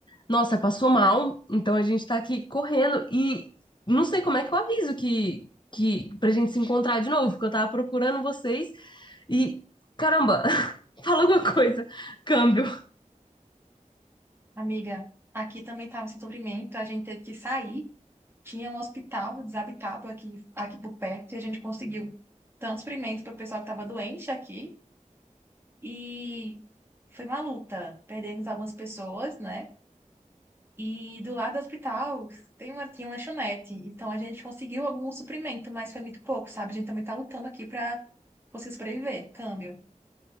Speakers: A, on the left; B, on the right.
A: Nossa, passou mal, então a gente tá aqui correndo e não sei como é que eu aviso que, que pra gente se encontrar de novo, porque eu tava procurando vocês e caramba, <laughs> fala alguma coisa. Câmbio.
B: Amiga, aqui também tava sem sofrimento, a gente teve que sair. Tinha um hospital desabitado aqui, aqui por perto e a gente conseguiu tanto suprimento para o pessoal que estava doente aqui E foi uma luta. Perdemos algumas pessoas, né? E do lado do hospital tem uma, tinha uma lanchonete. Então a gente conseguiu algum suprimento, mas foi muito pouco, sabe? A gente também tá lutando aqui pra conseguir sobreviver. Câmbio.